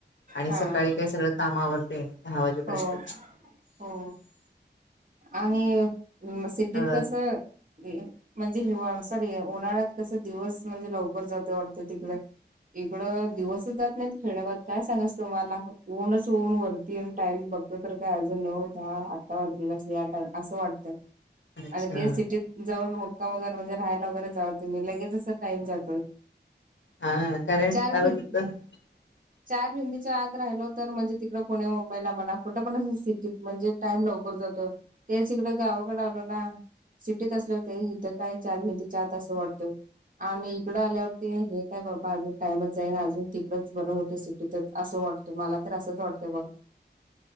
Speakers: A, on the left; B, on the right.
A: आणि
B: हा
A: सकाळी काय सगळं काम आवडते दहा वाजेपर्यंत.
B: हो हो आणि सिड्डीत
A: अ
B: कसं म्हणजे हि सॉरी उन्हाळ्यात कस दिवस म्हणजे लवकर जात वाटतं तिकडे. इकडं दिवसच जात. नाही खेडाबाद काय सांगाय तु मला ऊनच ऊन वरती टाईम बघत तर काय अजून नऊ दहा. ा असं वाटतं
A: अच्छा
B: आणि ते सिटीत.. जाऊन मक्कामगैर म्हणजे राहायला वगैरे जाव तु म्ी लगेच असं टाइम जातोय.
A: हा कारण
B: चार
A: आता
B: बी
A: <inaudible>
B: चार हिंदीच्या आत राहिलो तर म्हणजे तिकडे पुणे मुंबईला मला कुठे पण सिटीत म्हणजे टाइम लवकर जातो. ते त इिकडं गावाकडे आल ना सिटीत असल होते इथं काय चार भिंती तसं वाटतं आणि इकडं आल्यावरती हे काय बाबा अजून टाइमच जाईल अजून तिकडंच बरं होतं सिटीतच असं वाट? तुम्हाला तर असंच वाटतंय बघ